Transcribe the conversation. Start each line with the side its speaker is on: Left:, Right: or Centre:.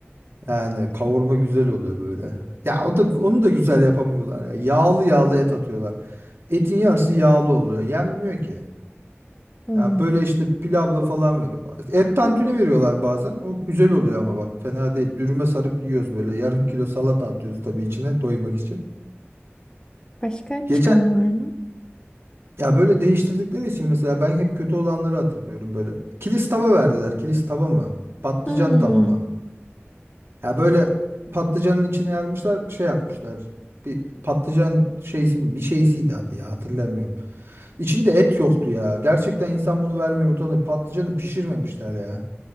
Right: Yani kavurma güzel oluyor böyle. Ya o da onu da güzel yapamıyorlar ya. Yağlı yağlı et atıyorlar. Etin yarısı yağlı oluyor. Yenmiyor ki.
Left: Hmm.
Right: Ya böyle işte pilavla falan veriyorlar. İşte Et tantuni veriyorlar bazen. O güzel oluyor ama bak fena değil. Dürüme sarıp yiyoruz böyle. Yarım kilo salata atıyoruz tabii içine doymak için.
Left: Başka
Right: Geçen
Left: çıkan var mı?
Right: ya böyle değiştirdikleri için mesela ben hep kötü olanları hatırlıyorum böyle. Kilis tava verdiler. Kilis tava mı? Patlıcan
Left: Hmm.
Right: tava mı? Ya böyle patlıcanın içine yarmışlar şey yapmışlar. Bir patlıcan şeysi mi? Bir şeysiydi adı ya hatırlamıyorum. İçinde et yoktu ya. Gerçekten insan bunu vermeye utanır. Patlıcanı pişirmemişler ya.